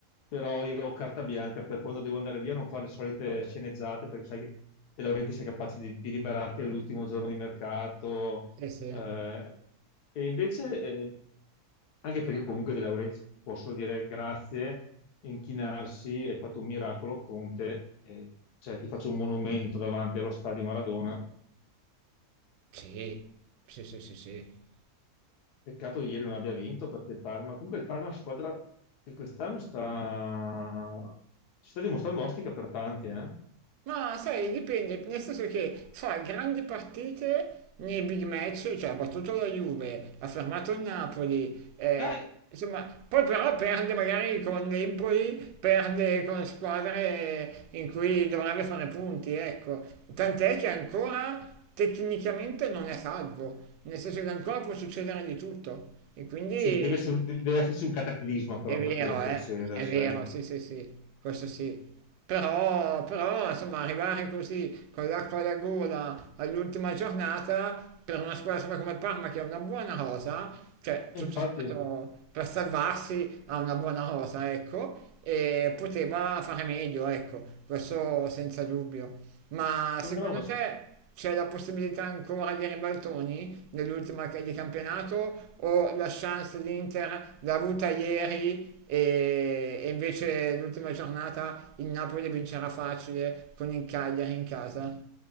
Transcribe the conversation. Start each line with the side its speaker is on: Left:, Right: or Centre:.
Left: però io ho carta bianca per quando devo andare via non fare le solite sceneggiate perché sai che De Laurentiis è capace di, di liberarti all'ultimo giorno di mercato,
Right: Sì, sì,
Left: eh, e invece, eh, anche perché comunque dei lavoretti possono dire grazie, inchinarsi, hai fatto un miracolo, Conte, e, cioè ti faccio un monumento davanti allo stadio Maradona.
Right: sì, sì, sì, sì, sì.
Left: Peccato che ieri non abbia vinto perché il Parma, comunque il Parma è una squadra che quest'anno sta, si sta dimostrando ostica per tanti, eh?
Right: Ma sai, dipende, nel senso che fa grandi partite nei big match, cioè ha battuto la Juve, ha fermato il Napoli, eh,
Left: Eh,
Right: insomma, poi però perde magari con l'Empoli, perde con squadre in cui dovrebbe fare punti, ecco. Tant'è che ancora tecnicamente non è salvo, nel senso che ancora può succedere di tutto. E quindi
Left: Sì, deve essere- deve esserci un cataclisma però
Right: È vero,
Left: perché retroceda,
Right: eh? È
Left: sai?
Right: vero, sì, sì, sì, questo sì. Però, però, insomma, arrivare così con l'acqua alla gola all'ultima giornata per una squadra insomma, come il Parma che ha una buona rosa, cioè
Left: E
Right: tutto
Left: infatti
Right: sommato per salvarsi ha una buona rosa, ecco, e poteva fare meglio, ecco, questo senza dubbio. Ma
Left: sembra
Right: secondo
Left: una,
Right: te c'è la possibilità ancora di ribaltoni nell'ultima ca- di campionato o la chance dell'Inter l'ha avuta ieri e, e invece l'ultima giornata il Napoli vincerà facile con il Cagliari in casa?